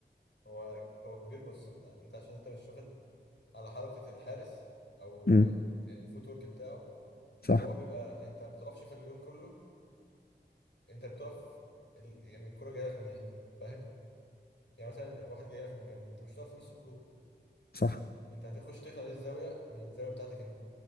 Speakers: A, on the left; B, on the left.
A: هو هو كبير بص إن- انت عشان انت مش واخد على حركه الحارس او
B: امم
A: يعني الفوت ورك بتاعه
B: صح
A: هو بيبقى انت ما بتقفش في الجون كله انت بتقف ال- يعني الكره جايه لك منين فاهم يعني مثلا واحد جاي لك من الجنب انت مش هتقف في نص الجون
B: صح
A: انت هتخش تقفل عليه الزاويه من الزاويه بتاعتك انت